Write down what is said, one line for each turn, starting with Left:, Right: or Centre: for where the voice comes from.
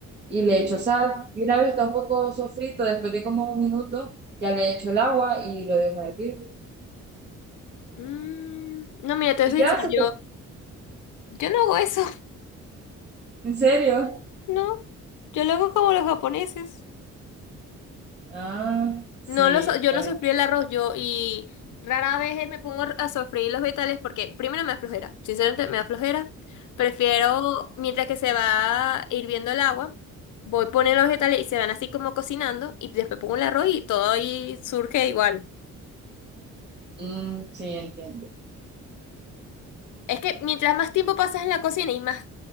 Right: y
Left: Mm,
Right: le echo sal. Y una vez está un poco sofrito, después de como un minuto, ya le echo el agua y lo dejo hervir.
Left: mm. No, mira, te voy
Right: ¿Y
Left: a ser
Right: qué hace?
Left: sincera, yo, yo no hago eso,
Right: ¿En serio?
Left: <laughs> no. Yo lo hago como los japoneses.
Right: Ah, sí,
Left: No, lo so- yo
Right: ya
Left: no sofrí el arroz, yo, y rara vez eh, me pongo a sofreír los vegetales porque primero me da flojera, sinceramente me da flojera. Prefiero, mientras que se va hirviendo el agua, voy poniendo los vegetales y se van así como cocinando y después pongo el arroz y todo ahí surge igual.
Right: Mm, sí, entiendo.
Left: Es que mientras más tiempo pasas en la cocina y más